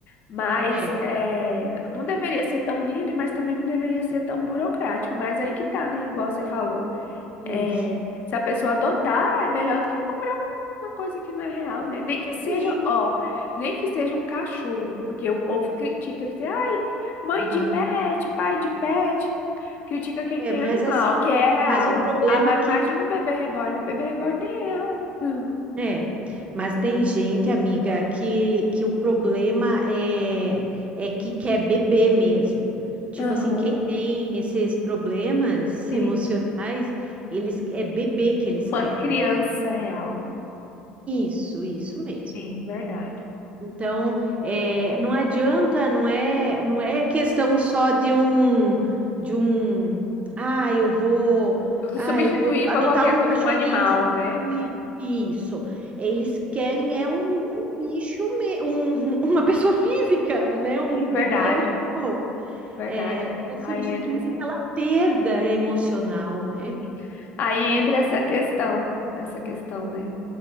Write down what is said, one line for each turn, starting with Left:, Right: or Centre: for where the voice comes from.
Left: Mas
Right: É,
Left: é, não deveria ser tão livre, mas também não deveria ser tão burocrático, mas aí que tá, né? Igual você falou.
Right: isso.
Left: É, se a pessoa adotar, é melhor do que comprar um- uma coisa que não é real, né? Nem que seja,
Right: Sim.
Left: ó, nem que seja um cachorro, porque o povo critica, diz, ai, mãe
Right: Aham.
Left: de pet, pai de pet, critica quem
Right: É,
Left: tem
Right: mas
Left: animal,
Right: assim,
Left: que é real.
Right: mas o problema
Left: Agora
Right: é que
Left: imagina um bebê reborn, bebê reborn nem é real. <laughs>
Right: É, mas tem gente, amiga, que, que o problema é, é que quer beber mesmo. Tipo
Left: Aham,
Right: assim, quem tem esses problemas
Left: sim.
Right: <laughs> emocionais, eles é beber que eles
Left: Uma
Right: querem.
Left: criança real.
Right: Isso, isso mesmo.
Left: Sim, verdade.
Right: Então, eh, não adianta, não é, não é questão só de um, de um, ah, eu vou,
Left: Porque
Right: ah,
Left: Substituir
Right: eu vou adotar
Left: para qualquer
Right: um
Left: coisa
Right: cachorrinho,
Left: um animal,
Right: substituir
Left: né?
Right: por isso. Eles querem é um, um bicho, me- um- <laughs> uma pessoa física, né? Um
Left: Sim, verdade.
Right: bebê real,
Left: Verdade.
Right: é,
Left: Aí,
Right: para substituir
Left: aí entra essa.
Right: aquela perda emocional, né?
Left: Sim. Aí
Right: Hum,
Left: entra essa questão, essa questão, né,